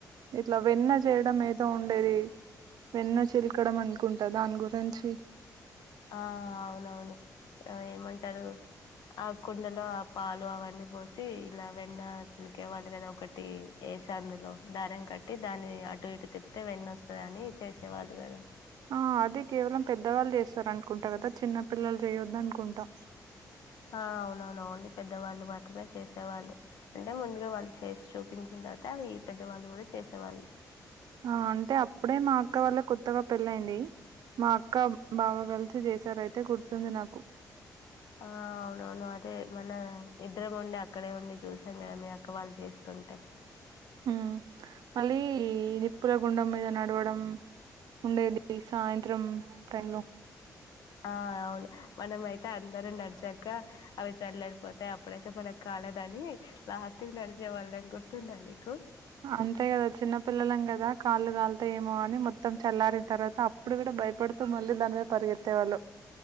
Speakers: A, on the right; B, on the left.
A: ఇట్లా వెన్న చేయడం నేర్ ఉండేది వెన్న చిల్కడం అనుకుంటా దాని గురించి
B: ఆ అవునవును ఏమంటారు. ఆ కుండలో ఆ పాలు అవన్నీ పోస్ తీ ఇలా వెన్న చిలికే వాళ్ళు కదా ఒకటి యేస అందులో దారం కట్టి దాని అటు ఇటు తిప్తే వెన్న వస్తదని చేసేవాళ్ళు కదా
A: ఆ అది కేవలం పెద్దవాళ్ళు చేస్తారునుకుంటా కదా చిన్నపిల్లలు చేయొద్దు అనుకుంటా.
B: హ అవునవున అవుండి పెద్దవాళ్ళు మాత్రమే చేసేవాళ్ళు. అంటే ముందుగా వాళ్ళు చేసి చూపించిన తర్వాత అవి పెద్దవాళ్ళు కూడా చేసేవాళ్ళు.
A: ఆ అంటే అప్పుడే మా అక్క వాళ్ళు కొత్తగా పెళ్ళయింది మా అక్క బావ కలిస్ త్ చేశారైతే గుర్తుంది నాకు
B: ఆ అవునవును అదే మన ఇద్దరం ఉండి అక్కడే ఉండి చూసాం కదా మీ అక్క వాళ్ళు చేస్తు ఉంటే
A: ఉ మళ్ళీ నిప్పుల గుండం మీద నడవడం ఉండేది సాయంత్రం టైం లో
B: ఆ అవును మనమయితే అందరం నడిచాక్ క అవి చల్లారిపోతాయి అప్పుడైతే మనక్ కాలద్ అని లాస్ట్ కి నడిచే వాళ్ళం గుర్తుందా నీకు
A: అంతే గదా చిన్న పిల్లలం గదా, కాళ్ళు కాల్తయేమో అని మొత్తం చల్లారిన్తర్వాత అప్ ప్పుడు గూడ భయపడుతూ మళ్ళీ దాని మీద పరిగెత్తేవాళ్ళు